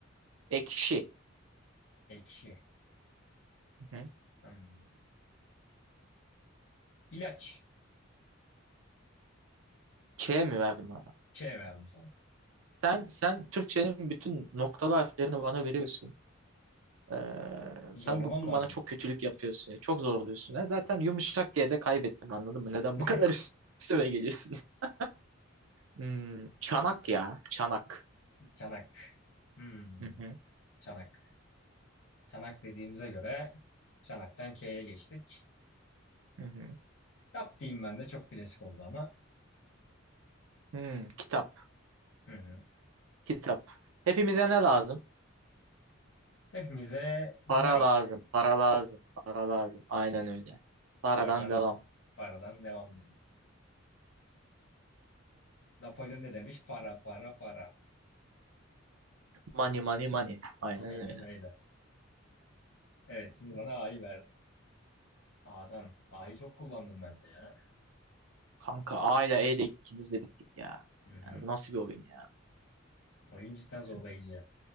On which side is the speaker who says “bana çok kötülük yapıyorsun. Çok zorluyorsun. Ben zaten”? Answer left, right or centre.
Right